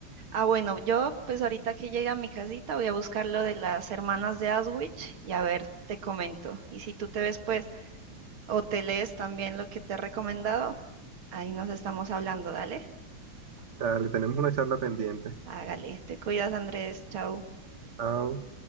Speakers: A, on the right; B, on the right.
A: Ah, bueno, yo pues ahorita que llegue a mi casita voy a buscar lo de las hermanas de Aswich y a ver, te comento. Y si tú te ves pues o te lees también lo que te he recomendado, ahí nos estamos hablando, dale.
B: Dale, tenemos una charla pendiente.
A: Hágale, te cuidas, Andrés, chao.
B: Chao.